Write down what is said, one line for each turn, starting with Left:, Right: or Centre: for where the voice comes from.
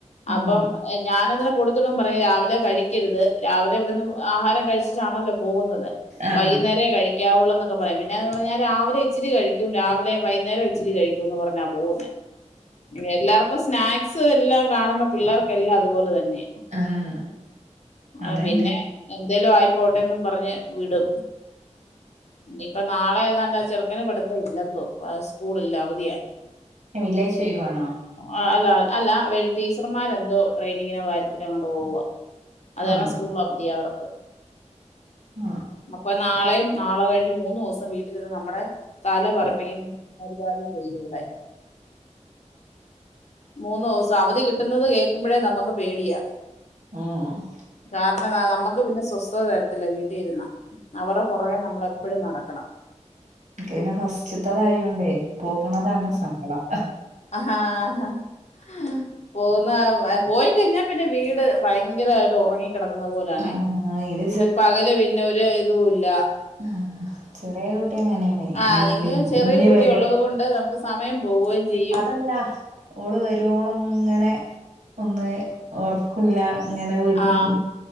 Right: ഉം
Left: അപ്പം ഞാനതിന് കൊടുത്തു വിടുമ്പം പറയു രാവിലെ കഴിക്കരുത് രാവിലെ ഇവിടുന്ന് ആഹാരം ണല്ലോ പോകുന്നത്
Right: ആഹ്
Left: വൈകുന്നേരവേ കഴിക്കാവെ എന്നക്കെ പറയാം പിന്നെന്ന് പറഞ്ഞാൽ രാവിലെ ഇച്ചിരി കഴിക്കും രാവിലെ വൈകുന്നേരം ഇച്ചിരി കഴിക്കും എന്ന്പറഞ്ഞ മൂന്ന് എല്ലാവർക്കും സ്നാക് എല്ലാം കാണുമ്പോ പിള്ളേർക്കെല്ലാം അതുപോലെ തന്നെ
Right: ആഹ്
Left: ആ
Right: അതന്നെ
Left: പിന്നെ എന്തേലും ആയി പോട്ടെന്ന് പറഞ്ഞു വിടും ഇനിയിപ്പ നാളെ ഏതാണ്ടാ ചെറക്ക <unintelligible> പഠത്ത ഇല്ലാന്തോ സ്കൂളല്ല അവധിയാ
Right: വില്ലേജ് ചെയ്യുവാണോ
Left: ആ അല്ല അല്ല വ ടീച്ചർമാരെന്തോ ട്രെയിനിങ്ങിനോ കാര്യത്തിനോ അങ്ങോപോവ അതാരണം
Right: ആഹ്
Left: സ്കൂൾ അവധ അവർക്ക്
Right: ആഹ്
Left: അപ്പൊ നാളെയും നാളെ കഴിഞ്ഞ് മൂ മൂന്നു ദിവസം വീട്ടിൽന്ന് നമ്മുടെ തല പററപ്പിക്കുന്ന പരിപാടി ചെയ്യൂടെ മൂന്ന് ദിവസം അവധി കിട്ട കിട്ടുന്നത് കേൾക്കുമ്പോഴേ നമുക്ക് പേടിയാ
Right: മം
Left: കാരണം നമ്മുക്ക് പിന്നെ സ്വസ്ഥത തര ീ അവടെ പുറകെ നമ്മളെ ഇപ്പോഴും നടക്കണം
Right: എക്ക് പിന്നെ ഫസ്റ്റ തെ തായോണ്ടേ പോകണതാണ് സങ്കടം
Left: ആപോകുന്നതാ പോയിക്കഴിഞ്ഞാ പിന്നെ വീട് ഭയങ്കരമായിട്ട് ഉറങ്ങി കിടക്കുന്ന പോലാണ
Right: ആഹ് ഇത്
Left: പകല് പിന്നെ ഒരു തു ല്ല
Right: ആ ഹ ചെറിയ കുട്ടി അങ്ങനെയാണ്
Left: ആ നിങ്ങൾ ചെറിയ
Right: ഇനി
Left: കുട്ടി
Right: വര
Left: ഉള്ളത് കൊണ്ട് നമുക്ക് സമയം പോവുകയും ചെയ്യും
Right: അതല്ല ഓള് വരുവോളം അങ്ങനെ ഒന്ന് ഓർക്കില്ല അങ്ങനെ വീട്ടുംല
Left: ആ